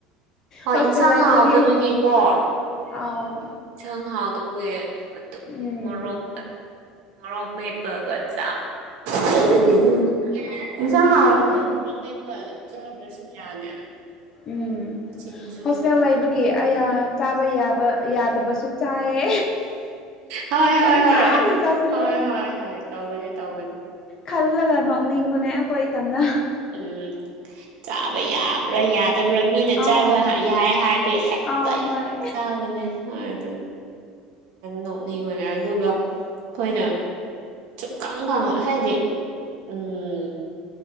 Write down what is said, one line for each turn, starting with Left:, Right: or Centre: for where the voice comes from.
Right: ꯍꯣꯏ
Left: ꯍꯣꯁꯇꯦꯜ
Right: ꯏꯟꯁꯥꯡ
Left: ꯂꯩꯕꯒꯤ
Right: ꯍꯥꯎꯗꯕꯒꯤꯀꯣ
Left: ꯑꯥꯎ
Right: ꯌꯦꯟꯁꯥꯡ ꯍꯥꯎꯗꯕꯒꯤ ꯑꯗꯨꯝ
Left: ꯎꯝ
Right: ꯃꯣꯔꯣꯛ ꯣꯃꯦꯠ ꯄꯒꯠ ꯆ
Left: ꯊ
Right: ꯂꯩꯔꯗꯤ ꯑꯗꯨꯝ ꯌꯦꯟꯁꯥꯡ ꯍꯥꯎꯔꯗꯤ
Left: ꯍꯣꯏ
Right: ꯑꯃꯃꯤ ꯆꯥꯗ꯭ꯔꯁꯨ ꯌꯥꯅꯤ ꯑꯗꯣ
Left: ꯎꯝ
Right: ꯁꯤꯡꯖꯨ
Left: ꯍꯣꯁꯇꯦꯜ ꯂꯩꯕꯒꯤ ꯑꯌꯥ ꯆꯥꯕ ꯌꯥꯕ ꯌꯥꯗꯕꯁꯨ ꯆꯌꯦ
Right: ꯍꯣꯏ
Left: ꯄꯪ
Right: ꯍꯣꯏ ꯍꯣꯏ
Left: ꯆꯥ ꯆꯁꯤ
Right: ꯍꯣꯏ
Left: ꯂꯩꯦ
Right: ꯍꯣꯏ ꯍꯣꯏ ꯇꯧꯕꯅꯦ ꯇꯧꯕꯅꯦ
Left: ꯈꯜꯂꯒ ꯅꯣꯛꯅꯤꯡꯕꯅꯦ ꯑꯩꯈꯣꯏ ꯏꯊꯝꯇ
Right: ꯎꯝ ꯆꯥꯕ ꯌꯥꯕ꯭ꯔꯥ ꯌꯥꯗꯕ꯭ꯔꯥ ꯃꯤꯅ
Left: ꯑꯥꯎ
Right: ꯆꯥꯕ ꯌꯥꯏ ꯍꯥꯏꯔꯗꯤ ꯍꯦꯛꯇ
Left: ꯑꯥꯎ
Right: ꯑꯩ
Left: ꯍꯣꯏ
Right: ꯆꯕꯅꯦ ꯍꯥꯎꯗꯨ꯫ ꯅꯣꯛꯅꯤ ꯑꯣꯏꯅ ꯑꯣꯏꯅ ꯑꯗꯨꯒ ꯑꯩꯈꯣꯏꯅ ꯁꯨꯝ ꯀꯪ ꯈꯉ ꯍꯥꯏꯗꯤ ꯎꯝ